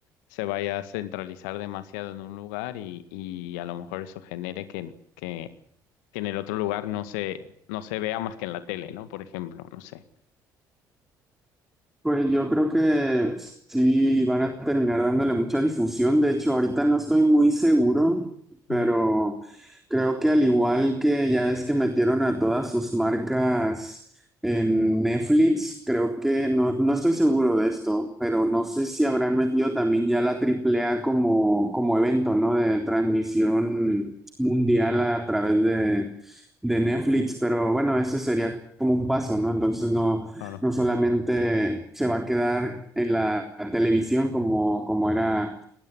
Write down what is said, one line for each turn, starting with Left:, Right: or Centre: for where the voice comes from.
Left: se vaya a centralizar demasiado en un lugar y, y a lo mejor eso genere que, que, que en el otro lugar no se, no se vea más que en la tele, ¿no? Por ejemplo, no sé.
Centre: Pues yo creo que sí van a terminar dándole mucha difusión. De hecho, ahorita no estoy muy seguro, pero
Left: Ujú,
Centre: creo que al igual que ya es que metieron a todas sus marcas en Netflix, creo que no, no estoy seguro de esto, pero no sé si habrán metido también ya la Triple A como, como evento, ¿no? De transmisión mundial a través de, de Netflix, pero bueno, ese sería como un paso, ¿no? Entonces no
Left: Claro,
Centre: no solamente se va a quedar en la televisión como, como era